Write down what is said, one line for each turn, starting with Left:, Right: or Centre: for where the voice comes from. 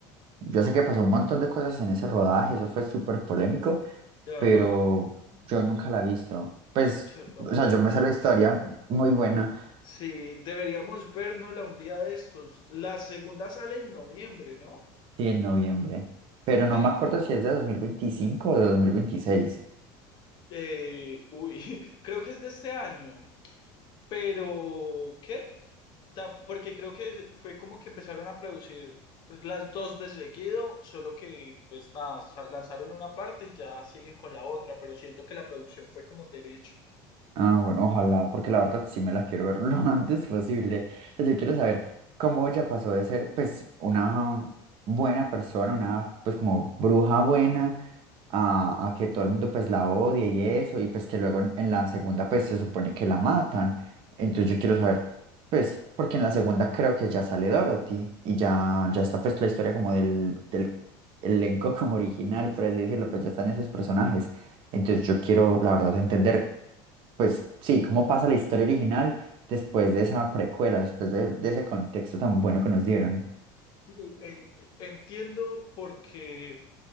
Right: Yo sé que pasó un montón de cosas en ese rodaje, eso fue súper polémico,
Left: Ajá,
Right: pero yo nunca la he visto. Pues,
Left: yo tampoco.
Right: o sea, yo me sé la historia, muy buena
Left: Sí, deberíamos vernosla un día de estos. La segunda sale en noviembre, ¿no?
Right: Sí, en noviembre. Pero
Left: De,
Right: no me acuerdo si es de 2025 o de 2026.
Left: eh, uy, <laughs> creo que es de este año. Pero, ¿qué? Tam- Porque creo que fue como que empezaron a producir pues, las dos de seguido, solo que pues nada, sa- lanzaron una parte y ya siguen con la otra, pero siento que la producción fue como derecho.
Right: Ah, bueno, ojalá, porque la verdad sí me la quiero ver <laughs> lo antes posible. O sea, yo quiero saber cómo ella pasó de ser, pues, una buena persona, una, pues, como bruja buena, a, a que todo el mundo pues la odie y eso, y pues que luego en, en la segunda pues se supone que la matan. Entonces yo quiero saber, pues, porque en la segunda creo que ya sale Dorothy y ya, ya está pues la historia como del, del elenco <laughs> como original, por así decirlo, pues ya están esos personajes. Entonces yo quiero, la verdad, entender, pues sí, cómo pasa la historia original después de esa precuela, después de, de ese contexto tan bueno que nos dieron.
Left: Sí, En- entiendo porque